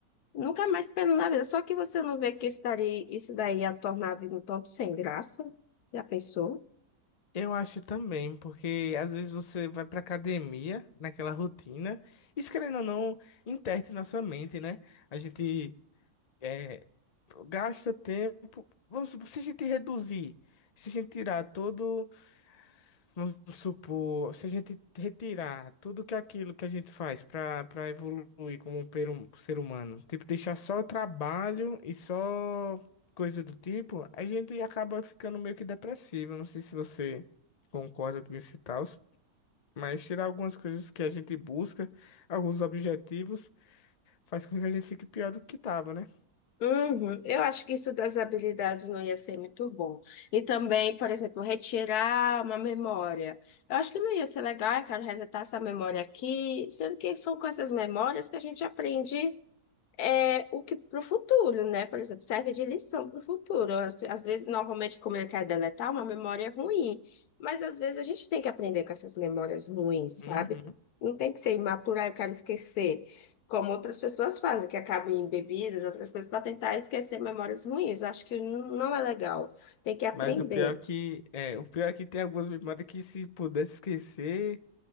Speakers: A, on the left; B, on the left.
A: Nunca mais pelo na vida. Só que você não vê que isso daí, isso daí ia tornar a vida um tanto sem graça. Já pensou?
B: Eu acho também, porque às vezes você vai pra academia, naquela rotina, isso querendo ou não, interte nossa mente, né? A gente é, gasta tempo. Vamos supor, se a gente reduzir, se a gente tirar todo. Vamos supor, se a gente retirar tudo que aquilo que a gente faz para para evoluir como um per- um ser humano, tipo, deixar só trabalho e só coisa do tipo, a gente acaba ficando meio que depressivo. Não sei se você concorda com isso e tal, mas tirar algumas coisas que a gente busca, alguns objetivos, faz com que a gente fique pior do que tava, né?
A: Uhum. Eu acho que isso das habilidades não ia ser muito bom. E também, por exemplo, retirar uma memória. Eu acho que não ia ser legal, eu quero resetar essa memória aqui, sendo que são com essas memórias que a gente aprende é o que para o futuro, né? Por exemplo, serve de lição para o futuro. Às, às vezes, normalmente, como ele quer deletar, uma memória ruim, mas às vezes a gente tem que aprender com essas memórias ruins,
B: Uhum.
A: sabe? Não tem que ser imatura, "Ah, eu quero esquecer, como outras pessoas fazem, que acabam em bebidas, outras coisas, para tentar esquecer memórias ruins. Eu acho que não não é legal. Tem que aprender.
B: Mas o pior é que é, o pior é que tem algumas memórias que se pudesse esquecer.